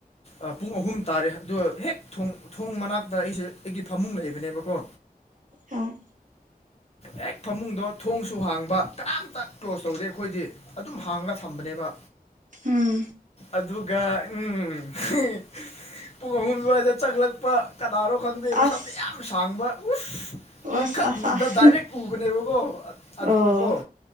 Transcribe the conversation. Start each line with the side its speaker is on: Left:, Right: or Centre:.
Left: ꯑ ꯄꯨꯡ ꯑꯍꯨꯝ ꯇꯥꯔꯦ ꯑꯗꯨ ꯍꯦꯛ ꯊꯣꯡ ꯊꯣꯡ ꯃꯅꯥꯛꯇ ꯑꯩꯁꯦ ꯑꯩꯒꯤ ꯐꯃꯨꯡ ꯂꯩꯕꯅꯦꯕꯀꯣ
Right: ꯍꯣꯏ
Left: ꯍꯦꯛ ꯐꯃꯨꯡꯗꯣ ꯊꯣꯡꯁꯨ ꯍꯥꯡꯕ ꯀꯅꯥꯝꯇ ꯀ꯭ꯂꯣꯖ ꯇꯧꯗꯦ ꯑꯩꯈꯣꯏꯗꯤ ꯑꯗꯨꯝ ꯍꯥꯡꯔꯒ ꯊꯝꯕꯅꯦꯕ
Right: ꯎꯝ
Left: ꯑꯗꯨꯒ ꯎꯝ <unintelligible> ꯄꯨꯡ ꯑꯍꯨꯝ ꯑꯗꯨꯋꯥꯏꯗ ꯆꯛꯂꯛꯄ ꯀꯅꯥꯅꯣ ꯈꯪꯗꯦ ꯃꯁꯝꯗꯤ
Right: ꯑꯁ
Left: ꯌꯥꯝ ꯁꯥꯡꯕ ꯎꯁ ꯃꯤꯈꯥ
Right: ꯑꯁ ꯑꯁ
Left: ꯃꯤꯠꯇ
Right: ꯑꯁ
Left: ꯥ ꯗꯥꯏꯔꯦꯛ ꯎ ꯎꯅꯦꯕꯀꯣ ꯑꯗꯨꯒ
Right: ꯑꯣ
Left: ꯀꯣ